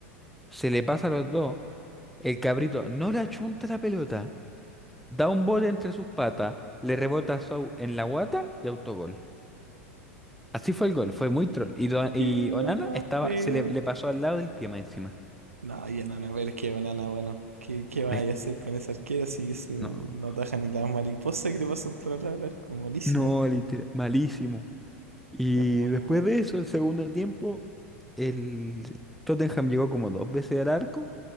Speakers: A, in the centre; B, on the right.
A: Se le pasa a los dos, el cabrito no le achunta la pelota, da un bote entre sus patas, le rebota a Shaw en la guata y autogol. Así fue el gol, fue muy troll. Y, Do- y
B: ¡Qué gol
A: Onana
B: más
A: estaba,
B: feo!
A: se le, le pasó al lado del pie más encima.
B: No, y Anana, pero es que Anana, bueno, ¿qué, qué vas
A: Es-
B: a hacer con esa arquera si ese no
A: no,
B: taja ni las mariposas que le pasan por al lado del arco? Malísimo.
A: no, literal, malísimo. Y
B: Es muy
A: después
B: mal.
A: de eso, el segundo tiempo, el Tottenham llegó como dos veces al arco